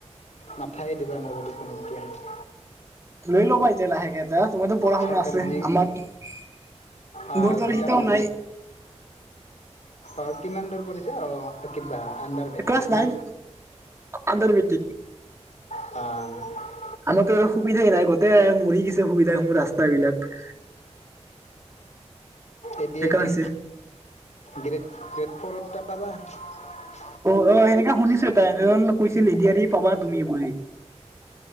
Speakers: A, on the left (about 85°); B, on the right (about 25°).
A: মাথায়ে দিবা নোৱাৰো দেখোন এতিয়া।
B: লই ল'বা এতিয়া লাহেকে এটা। তোমাৰটো পঢ়া-শুনা
A: চৰকাৰী
B: আছে,
A: যি
B: আমাৰ
A: আহ
B: মোৰটো
A: যেতিয়া
B: সেইটোও নাই।
A: অঁ কিমান দূৰ পঢ়িছে, অঁ কিবা আণ্ডাৰ মেট্ৰিক
B: ক্লাছ নাইন
A: না?
B: আণ্ডাৰ মেটিক
A: অ
B: আমাৰো সুবিধাই নাই গোটেই মৰি গৈছে সুবিধা ৰাস্তাবিলাক
A: এডি আৰ
B: হৈছে।
A: ই গ্ৰেট গ্ৰেড ফ'ৰত তাত পবাৰ
B: অ অ সেনেকে শুনিছো তাই এজন কৈছিল এ ডি আৰ ই পাবা তুমি বুলি